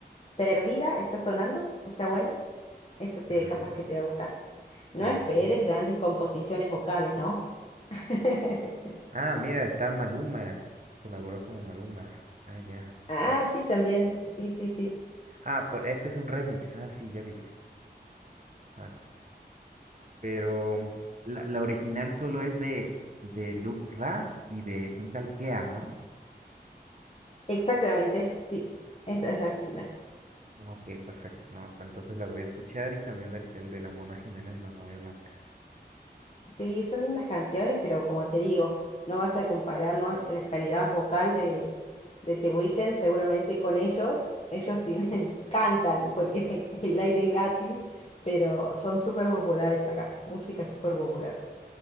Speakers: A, on the left; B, on the right.
A: Perdida está sonando, está buena. Eso te,
B: Perdida,
A: capaz que te va a gustar. No
B: perdida.
A: esperes grandes composiciones vocales, ¿no? <laughs>
B: Ah, mira, está Maluma, colaboró con Maluma. Ah, ya, super.
A: Ah, sí, también. Sí, sí, sí.
B: Ah, por, este es un remix, ah, sí, ya vi. Ah, pero la, la original solo es de, de Luke Ra y de un tal Kea, ¿no?
A: Exactamente, sí. Esa es la original.
B: Ah, Ok, perfecto. No, pues entonces la voy a escuchar y también el, el de la Mona Jiménez, la novia blanca.
A: Sí, son lindas canciones, pero como te digo, no vas a comparar, ¿no? la calidad vocal de, de The Weeknd seguramente con ellos. Ellos tienen, <laughs> cantan porque <laughs> el aire es gratis, pero son súper populares acá. Música súper popular.